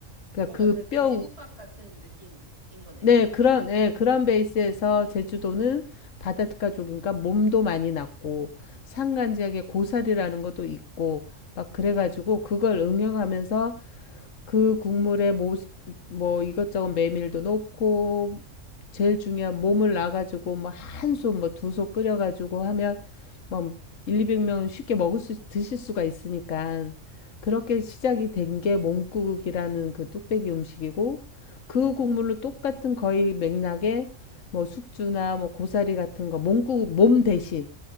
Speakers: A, on the left; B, on the right.
A: 그러니까
B: 뭔가
A: 그
B: 그 돼지국밥
A: 뼈,
B: 같은 느낌인 거네요,
A: 네,
B: 뭔가.
A: 그런, 네,
B: 어.
A: 그런 베이스에서 제주도는 바닷가족인가 몸도 많이 났고 산간 지역에 고사리라는 것도 있고 막 그래가지고 그걸 응용하면서 그 국물에 뭐, 뭐 이것저것 메밀도 넣고 제일 중요한 몸을 놔가지고 뭐 한 솥, 뭐 두 솥 끓여가지고 하면 뭐 1, 200명은 쉽게 먹을 수 드실 수가 있으니까 그렇게 시작이 된 게 몸국이라는 그 뚝배기 음식이고 그 국물로 똑같은 거의 맥락에 뭐 숙주나 뭐 고사리 같은 거 몸국 몸 대신